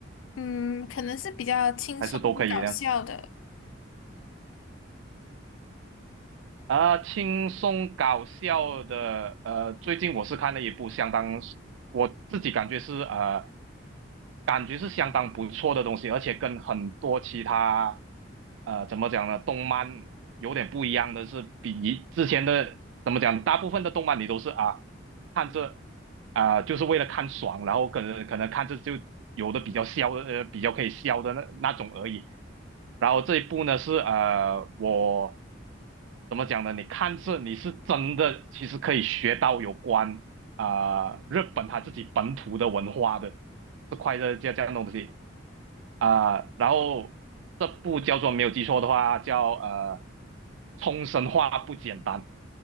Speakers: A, on the left (about 85°); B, on the right (about 75°).
A: 嗯，可能是比较轻松搞笑的。
B: 还是都可以呢？啊，轻松搞笑的，呃，最近我是看了一部相当，我自己感觉是呃感觉是相当不错的东西，而且跟很多其他呃怎么讲呢，动漫有点不一样的是，比以之前的怎么讲，大部分的动漫你都是啊看着啊、就是为了看爽，然后可能可能看着就有的比较笑的呃比较可以笑的那那种而已。然后这一部呢是呃我怎么讲呢？你看这你是真的其实可以学到有关啊、呃日本它自己本土的文化的，这块的这这样的东西啊、呃然后这部叫做没有记错的话叫呃冲绳话不简单